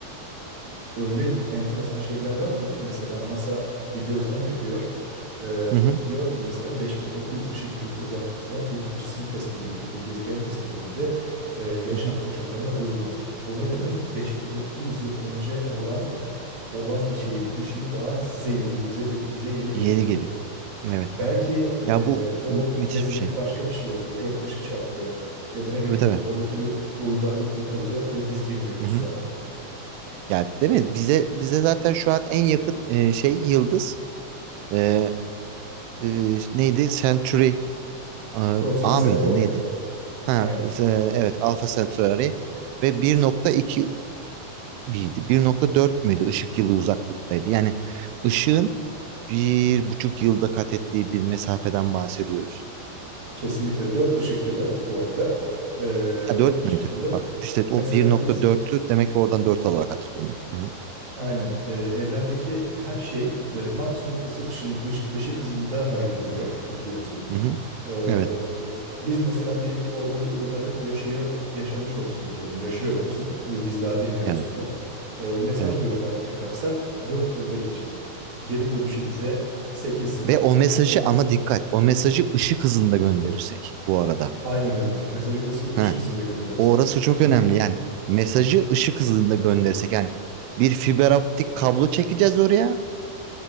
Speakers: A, on the right (about 50°); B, on the right (about 80°).
A: öyle enteresan şeyler var ki mesela NASA bir gözlem yapıyor. Ee,
B: Hı hı.
A: diyor ki mesela 5900 ışık yılı uzaklıkta bir cisim tespit edildi, bir gezegen tespit edildi. Ee, yaşam
B: Hı hı.
A: koşullarına uygun. Bu ne demek? 5900 yıl önce olan olan bir şeyin ışığı daha size yeni bize de bize yeni geliyor
B: Yeni
A: demek.
B: geliyor. Evet.
A: Belki e,
B: Ya bu
A: o
B: mü- müthiş
A: gezegene
B: bir şey.
A: başka bir şey oldu, göktaşı çarptı ya da ne bileyim
B: Tabii tabii.
A: oradaki bir uygarlık yıkıldı ve biz bilmiyoruz
B: Hı hı.
A: şu anda.
B: Yani değil mi? Bize bize zaten şu an en yakın e, şey yıldız e, e, neydi? Century e,
A: Proxima
B: A
A: Centauri.
B: mıydı? Neydi? Ha,
A: Aynen.
B: e, evet Alpha Centauri ve 1.2 miydi? 1.4 müydü? Işık yılı uzaklıktaydı. Yani ışığın bir buçuk yılda kat ettiği bir mesafeden bahsediyoruz.
A: Kesinlikle 4 ışık yılı bu arada. Ee,
B: Ha, 4
A: 4 ışık
B: müydü?
A: yılı.
B: Bak işte o
A: Mesela
B: 1.4'tü
A: biz
B: demek ki oradan 4 alarak hatırlıyorum ben. Hı hı.
A: aynen e, evrendeki her şey e, maksimum ışık, ışın, ış- ışık hızında hareket ediyor biliyorsun.
B: Hı hı.
A: Ee,
B: Evet
A: biz mesela bir orada bir uygarlık yaşıyor, yaşamış olsun diyelim, yaşıyor olsun. Ee, Biz daha bilmiyoruz
B: yani
A: bunu. Ee, mesaj
B: evet.
A: göndermeye kalksak 4 yılda gidecek. Geri dönüşü bize 8 yıl.
B: Ve o mesajı
A: Onunla.
B: ama dikkat o mesajı ışık hızında gönderirsek bu arada.
A: Aynen öyle. Mesajı ısı-
B: Ha,
A: ışık hızında gönderirsek.
B: orası çok
A: Bir,
B: önemli yani mesajı ışık hızında gönderirsek yani bir fiber optik kablo çekeceğiz oraya.